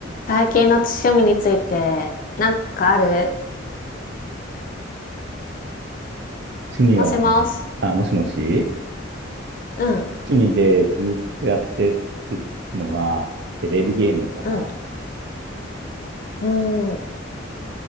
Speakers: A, on the left; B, on the right.
A: 最近の趣味について、なんかある
B: 趣味はね、
A: もしもし。
B: あ、もしもし
A: うん、
B: 趣味でずっとやってるのは、テレビゲームかな。
A: うん、うん。